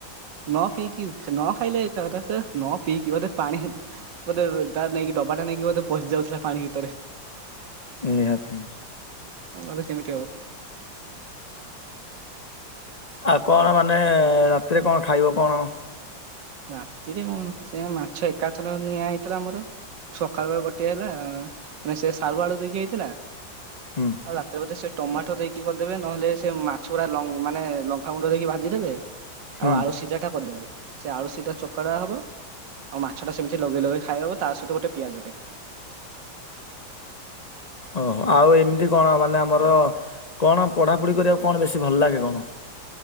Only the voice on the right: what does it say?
ନ ପିଇକି ସେ ନ ଖାଇଲେ ତ ତ ସେ ନ ପିଇକି ବୋଧେ ପାଣି ବୋଧେ ତା ନେଇକି ଡବାଟା ନେଇକି ବୋଧେ ପଶି ଯାଉଥିଲା ପାଣି ଭିତରେ।
ଆଉ ମାନେ କେମିତି ହବ।
ରାତିରେ କଣ ସେ ମାଛ ଏକାଥର ନିଆ ହେଇଥିଲା ଆମର। ସକାଳେ ପା ଗୋଟିଏ ହେଲା ମାନେ ସେ ସାରୁ ଆଳୁ ଦେଇକି ହେଇଥିଲା।
ଆଉ ରାତିରେ ବୋଧେ ସେ ଟମାଟୋ ଦେଇକି କରିଦେବେ ନହେଲେ ସେ ମାଛଉରା ଲ ମାନେ ଲଙ୍କାଗୁଣ୍ଡ ଦେଇକି ଭାଜିଦେବେ। ଆଉ
ଆଳୁ ସିଝା ଟା କରିଦେବେ। ସେ ଆଳୁ ସିଧା ଚକଡା ହବ। ଆଉ ମାଛ ଟା ସେମିତି ଲଗେଇ ଲଗେଇ ଖାଇ ହବ ତା ସହିତ ଗୋଟେ ପିଆଜ ଟେ।